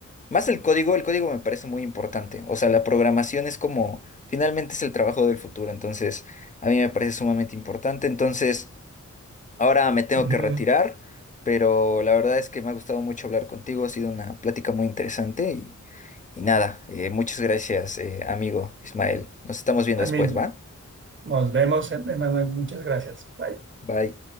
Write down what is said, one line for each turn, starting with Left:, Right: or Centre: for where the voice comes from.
Left: más el código, el código me parece muy importante. O sea, la programación es como, finalmente es el trabajo del futuro, entonces a mí me parece sumamente importante. Entonces, ahora me tengo
Right: ujú.
Left: que retirar, pero la verdad es que me ha gustado mucho hablar contigo, ha sido una plática muy interesante y, y nada, eh, muchas gracias, eh, amigo Ismael. Nos estamos viendo
Right: A
Left: después,
Right: mí,
Left: ¿va?
Right: nos vemos, Emanuel, muchas gracias. Bye.
Left: Bye.